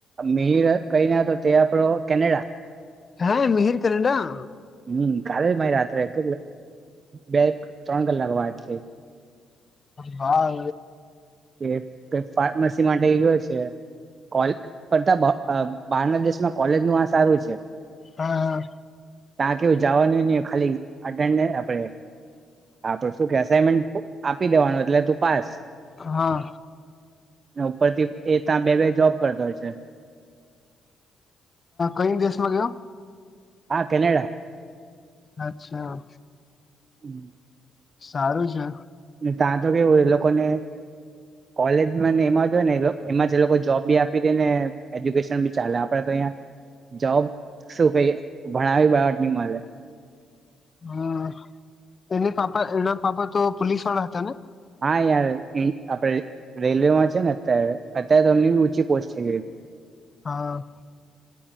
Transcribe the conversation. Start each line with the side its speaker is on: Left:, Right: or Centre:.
Right: મીહીર કહીને તો ત્યા આપડો કેનેડા
Left: હે મિહીર કેનેડા?
Right: હમ કાલે જ મારી રાત્રે એક બે ત્રણ કલાક વાત થઈ
Left: હા.
Right: એ કઈ ફાર્મસી માટે ગયો છે, કોલે કરતા બારના દેશમા કોલેજ નું આ સારું છે.
Left: હા હા.
Right: તા કેવુ જાવાનુ ની હોય ખાલી અટેન્ડે આપડે આપડે શું કે અસાઈનમેન્ટ આપી દેવાનુ એટલે તુ પાસ
Left: હા
Right: ઉપરથી એ તા બે બે જોબ કરતો છે.
Left: કઈન દેશમા ગયો?
Right: હા કેનેડા.
Left: અચ્છા
Right: હમ
Left: સારું છે
Right: તા તો કેવુ એ લોકોને કોલેજમા ને એમા જ હોય ને એમા લોકો જોબ બી આપી દેય ને એજ્યુકેશન બી ચાલે આપડે તો અહીઆ જોબ શું કહીએ ભણાવી બાત ની મળે
Left: હમ એને પાપા એના પાપા તો પોલીસ વાળા હતા ને?
Right: હા યાર ઈન આપડે રેલવેમા છે, ને અત્યારે અત્યારે તોમની બી ઊંચી પોસ્ટ થઈ ગઈ
Left: હા.